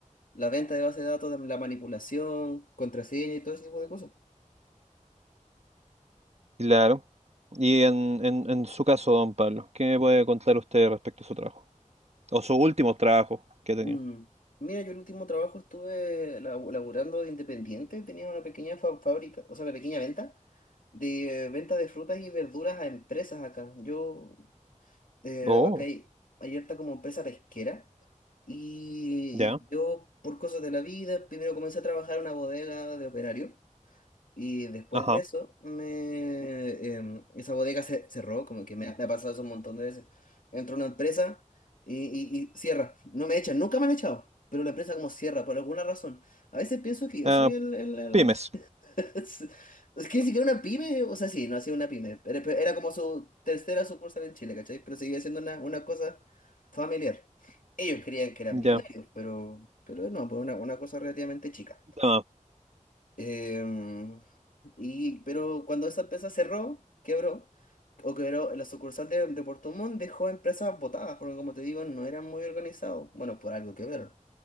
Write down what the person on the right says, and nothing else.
Claro. Y en, en, en su caso, don Pablo, ¿qué me puede contar usted respecto a su trabajo? O sus últimos trabajos que ha tenido.
Oh,
ya.
Ajá.
Ah,
pymes.
Ya.
Ah,